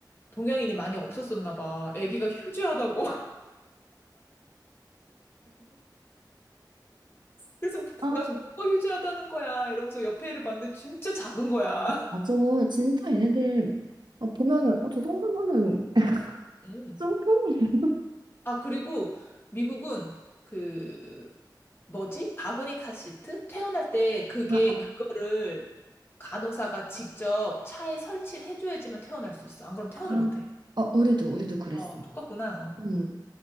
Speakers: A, on the left (about 30°); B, on the right (about 70°).
A: 동양인이 많이 없었었나 봐. 애기가 휴지하다고. 그래서
B: 응.
A: 나 지금 뭐가 휴지하다는 거야 이러면서 옆에 애를 봤는데 진짜 작은 거야. <laughs>
B: 맞아. 진짜 얘네들 아, 보면은 어, 저 정도면은 <laughs>
A: 음.
B: 짬뽕?
A: 아, 그리고 미국은 그 뭐지? 바구니 카시트? 퇴원할 때 그게
B: 아, 어,
A: 그거를 간호사가 직접 차에 설치를 해줘야지만 퇴원할 수 있어. 안 그러면 퇴원을
B: 아,
A: 못 해.
B: 어, 우리도 우리도 그랬어.
A: 어, 똑같구나. 어.
B: 음,